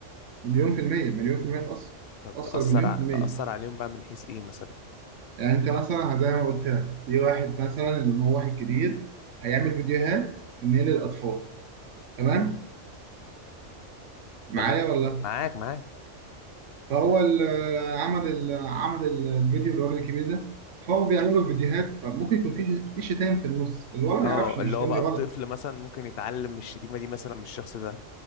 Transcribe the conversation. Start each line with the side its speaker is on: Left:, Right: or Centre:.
Right: مليون في المية مليون في المية تأثر
Left: طب
Right: تأثر
Left: تأثر
Right: مليون
Left: ع-
Right: في المية
Left: تأثر عليهم بقى من حيث ايه مثلا
Right: يعني انت مثلا زي ما قلت لك في واحد مثلا ان هو واحد كبير هيعمل فيديوهات ان هي للاطفال تمام معايا
Left: تمام
Right: ولا
Left: معاك معاك
Right: فهو ال- عمل ال- عمل ال- الفيديو الراجل الكبير ده فهو بيعمل له فيديوهات فممكن يكون في في شتائم في النص الولد
Left: اه
Right: ما يعرفش ان
Left: اللي
Right: الشتائم
Left: هو بقى
Right: دي
Left: الطفل
Right: غلط
Left: مثلا ممكن يتعلم من الشتيمة دي مثلا من الشخص ده